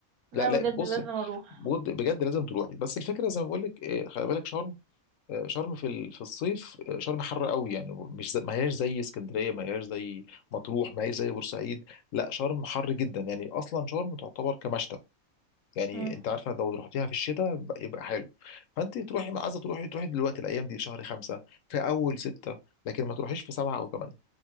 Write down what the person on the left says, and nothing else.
لا لا
بص
بجد بجد لازم تروحي بس الفكره زي ما بقول لك آه، خلي بالك شرم آه، شرم في ال- في الصيف آه، شرم حر قوي يعني مش زي ما هياش زي اسكندريه ما هياش زي مطروح ما هياش زي بورسعيد لا شرم حر جدا يعني اصلا شرم تعتبر كمشتى يعني
انت عارفه لو رحتيها في الشتاء ب- يبقى حلو فانت تروحي ما عايزه تروحي تروحي دلوقتي الايام دي في شهر خمسه في اول سته لكن ما تروحيش في سبعه او ثمانيه